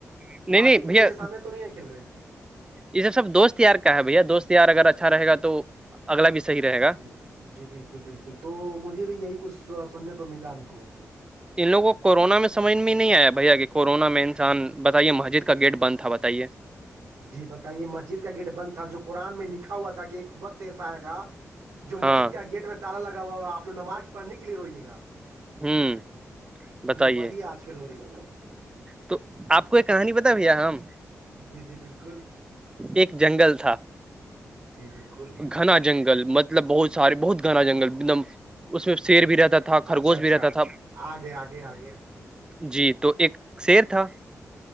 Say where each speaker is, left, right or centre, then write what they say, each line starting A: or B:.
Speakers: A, on the right (about 15°); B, on the right (about 85°).
A: نہیں
B: ماتے
A: نہیں
B: پیتے
A: بھیا
B: کے سامنے تو نہیں ن کھیل رہے ہیں
A: یہ سب سب دوست یار کا ہے بھیا دوست یار اگر اچھا رہےا تو اگلا بھی صحیح رہے گا
B: جی جی بالکل بالکل تو مجھے بھی یہی کچھ سننے کو ملا ہم کو
A: ان لوگوں کو کورونا میں سمجھ میں نہیں آیا بھیا کہ کورونا میں انسان بتائیے مسجد کا گیٹ بند تھا بتائیے
B: جی بتائیے مسجد کا گیٹ بند تھا جو قرآن میں لکھا ہوا تھا کہ ایک وقت ایسا آئے گا جو مسجد
A: ہاں
B: کا گیٹ میں تالا لگا ہوا ہوا آپ ل نماز پڑھنے کے لیے روئیے گا
A: ہوں
B: جی
A: بتائیے
B: وہی آج کل ہو رہی ہے
A: تو آپ کو ایک کہانی بتا بھیا ہم
B: جی جی بالکل
A: ایک جنگل
B: جی بالکل
A: گنا جنگل مطلب بہت سارے بہت گھنا جنگل ایک دم اس میں شیر بھی رہتا تھا خرگوش
B: اچھا اچھا
A: بھی رہتا تھا
B: آگے آگے آگے
A: جی تو ایک شیر تھا